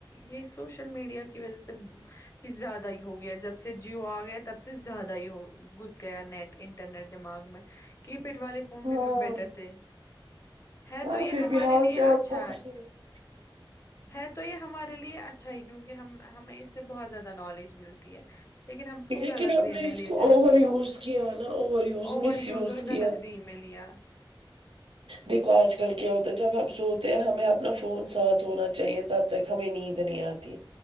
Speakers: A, on the left; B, on the right.
A: یہ سوشل میڈیا کی وجہ سے زیادہ ہی ہو گیا جب سے جیو آ گیا تب سے زیادہ ہی ہو گھس گیا نیٹ انٹرنیٹ دماغ میں کی پیڈ والے فون
B: ہاں
A: بھی بھی بیٹر تھے ہے
B: ہاں
A: تو یہ
B: پھر
A: ہمارے
B: بھی حال
A: لیے
B: چال
A: اچھا
B: پوچھتے
A: ہے
B: رہے،
A: ہے تو یہ ہمارے لیے اچھا ہی کیونکہ ہم ہمیں اس سے بہت زیادہ نالج ملتی ہے لیکن ہم اس کو
B: لیکن
A: غلط
B: ہم
A: وے
B: نے
A: میں
B: اس
A: لیتے
B: کو اوور یوز کیا نا اوور یوز
A: اوور
B: مس
A: یوز اور
B: کیا
A: غلط وے میں لیا
B: دیکھو آج کل کیا ہوتا ہے جب ہم سوتے ہیں ہمیں اپنا فون ساتھ ہونا چاہیے تب تک ہمیں نیند نہیں آتی